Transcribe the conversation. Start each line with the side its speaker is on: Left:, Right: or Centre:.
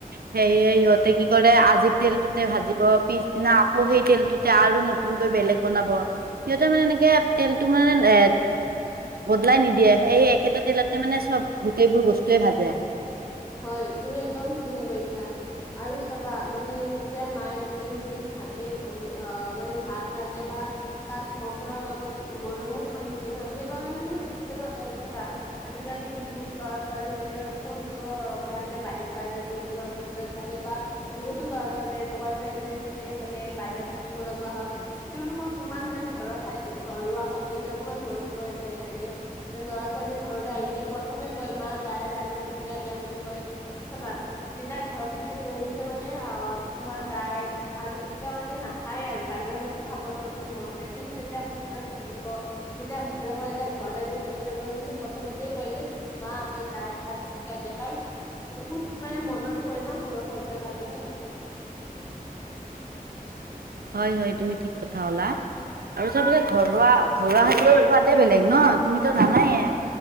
Right: সেয়েহে, সিহঁতে কি কৰে, আজিৰ তেলটো -তে ভাজিব পিছ। -দিনা আকৌ সেই তেলটোতে আৰু নতুনকৈ বেলেগ বনাব, সিহঁতে মানে এনেকে তেলটো মানে এ। বদলাই নিদিয়ে, সেই একেটা তেলতে মানে সব গোটেইবোৰ বস্তুৱে ভাজে। <inaudible>
Left: হয়, তুমি একদম ঠিকে কৈছা আৰু চাবা মানে যেতিয়া মায়ে যেতিয়া নিজ হাতে। <unintelligible> অহ', মানে ভাত ৰান্ধে বা তাত মছলাৰ লগত মৰমো সানি দিয়ে ন, সেই সেইবাবে মানে হোষ্টেলৰ এই চাবা, আজিকালি বহুত ল'ৰা-ছোৱালী মানে পঢ়িব কাৰণে বাহিৰ, বাহিৰত গৈ থাকিলে হোষ্টেলত থাকে বা বহুতো ল'ৰা-ছোৱালী এনেকুৱা আছে মানে। <unintelligible> -নে মানে বাহিৰত থাকিব লগা হয়, তেওঁলোকক কিমান মানে ঘৰৰ খাই, ঘৰুৱা খাদ্যবলাক ইমান। মনত পৰে চাগে হয়নে? এই ল'ৰা-ছোৱালী ঘৰলৈ আহিলে প্ৰথমে কয়, মা দাইল, আলু পিতি। <unintelligible> দিয়া বুলি কয়। অথবা যেতিয়া ঘৰত থাকে তেওঁলোকে মানে অহ তোমাৰ দাইল। আলু পিটিকা মানে নাখায় আৰু বাহিৰৰ বস্তু খাবলৈ মানে মন যায়, কিন্তু যেতিয়া হোষ্টেলত থাকিব। তেতিয়া হোষ্টেলৰ পৰা যেতিয়া ঘৰলৈ আহিব, তেতিয়া তেওঁলোকে কিন্তু প্ৰথমতে কয় যে মা আমাক দাইল-ভাত। পিটিকা দিয়া, কাৰণ বহুত মানে মনত পৰে ন ঘৰুৱা খাদ্যৰ কাৰণে।
Right: হয়, হয়, তুমি ঠিক কথা ক'লা। আৰু সবৰে ঘৰুৱা, ঘৰুৱা খাদ্যৰ সোৱাদে বেলেগ নহ তুমিতো জানাইয়ে।